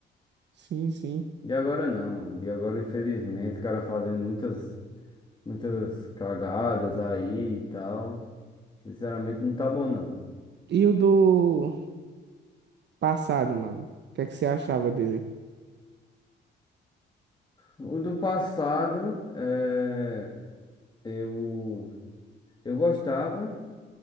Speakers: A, on the right (about 60°); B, on the left (about 25°).
A: Sim, sim.
B: De agora não, mano. De agora, infelizmente, o cara fazendo muitas, muitas cagadas aí e tal. Sinceramente, não tá bom, não.
A: E o do passado, mano? O que é que você achava dele?
B: O do passado, é, eu, eu gostava.